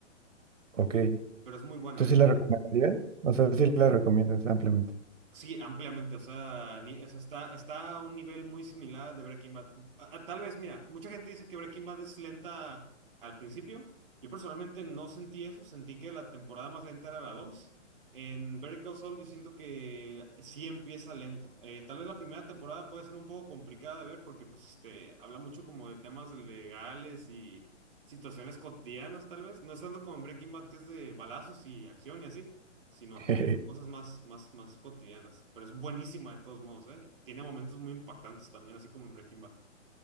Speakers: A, on the right; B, on the right.
A: ok.
B: Pero es muy buena,
A: ¿Tú sí
B: ¿eh?
A: la recomendarías? O sea, sí la recomiendas ampliamente.
B: Sí, ampliamente, o sea, ni- o sea, está, está a un nivel muy similar de Breaking Bad. A- a- Tal vez, mira, mucha gente dice que Breaking Bad es lenta al principio. Yo personalmente no sentí eso, sentí que la temporada más lenta era la dos En Better Call Saul yo siento que sí empieza lento. Eh, tal vez la primera temporada puede ser un poco complicada de ver porque pues este, habla mucho como de temas legales y situaciones cotidianas tal vez. No es tanto como en Breaking Bad que es de balazos y acción y así sino
A: <laughs>
B: que son cosas más, más, más cotidianas. Pero es buenísima de todos modos, ¿eh? Tiene momentos muy impactantes también, así como en Breaking Bad.